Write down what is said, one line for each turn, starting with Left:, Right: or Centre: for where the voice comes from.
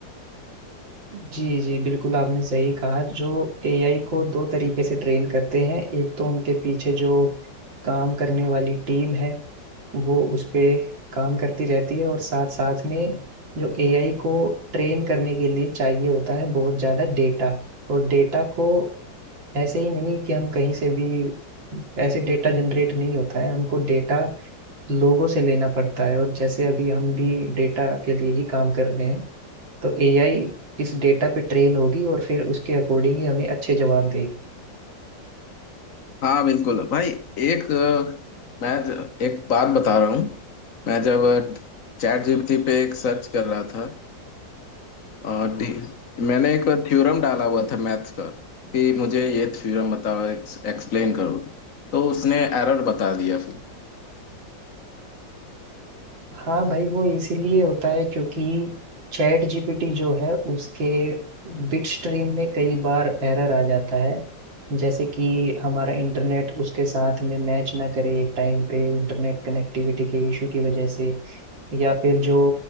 Right: जी जी बिल्कुल आपने सही कहा जो एआई को दो तरीके से ट्रेन करते हैं एक तो उनके पीछे जो काम करने वाली टीम है वो उस पे काम करती रहती है और साथ साथ में जो एआई को ट्रेन करने के लिए चाहिए होता है बहुत ज़्यादा डेटा और डेटा को ऐसे ही नहीं कि हम कहीं से भी ऐसे डेटा जनरेट नहीं होता है हमको डेटा लोगों से लेना पड़ता है और जैसे अभी हम भी डेटा के लिए ही काम कर रहे हैं तो एआई इस डेटा पे ट्रेन होगी और फिर उसके अकॉर्डिंग ही हमें अच्छे जवाब देगी
Left: हाँ बिल्कुल भाई एक अ, मैं ज- एक बात बता रहा हूँ मैं जब चैट जीपीटी पे एक सर्च कर रहा था और डी, मैंने एक थ्योरम डाला हुआ था मैथ्स का कि मुझे ये थ्योरम बताओ एक्स, एक्सप्लेन करो तो उसने एरर बता दिया फिर
Right: हाँ भाई वो इसीलिए होता है क्योंकि चैट जीपीटी जो है उसके बिट स्ट्रीम में कई बार एरर आ जाता है जैसे कि हमारा इंटरनेट उसके साथ में मैच ना करे एक टाइम पे इंटरनेट कनेक्टिविटी के इशू की वजह से या फिर जो